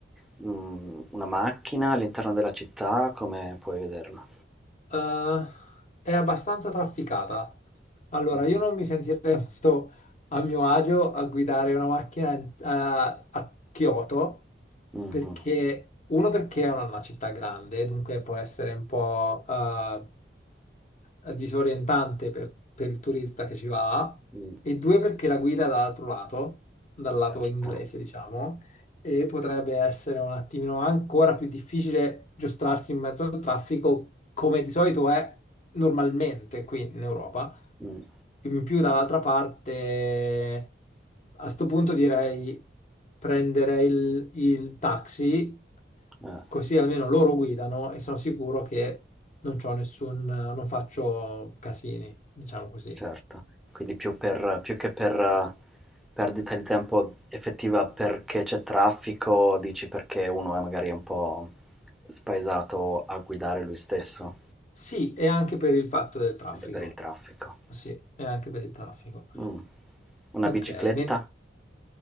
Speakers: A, in the centre; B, on the left.
A: mhmm, una macchina all'interno della città, come puoi vederla?
B: Eh, è abbastanza trafficata. Allora,
A: Mh-mh.
B: io non mi sentirei <laughs> molto a mio agio a guidare una macchina in- a a Kyoto
A: Mh-mh.
B: perché uno perché è una, una città grande, dunque può essere un po' eh, eh, disorientante per, per il turista che ci va,
A: Mh,
B: e due perché la guida dall'altro lato, dal lato
A: certo.
B: inglese, diciamo, e potrebbe essere un attimino ancora più difficile giostrarsi in mezzo al traffico come di solito è normalmente qui in Europa.
A: Mh,
B: In più, dall'altra parte, a sto punto direi prenderei il, il taxi
A: eh.
B: Così almeno loro guidano e sono sicuro che non c'ho nessun, non faccio casini, diciamo così.
A: Certo, quindi più per più che per, ehm, perdita di tempo effettiva perché c'è traffico, dici perché uno è magari un po' spaesato a guidare lui stesso,
B: Sì, e anche per il fatto del traffico.
A: anche per il traffico.
B: Sì, e anche per il traffico.
A: Mh. Una
B: Ok,
A: bicicletta?
B: men-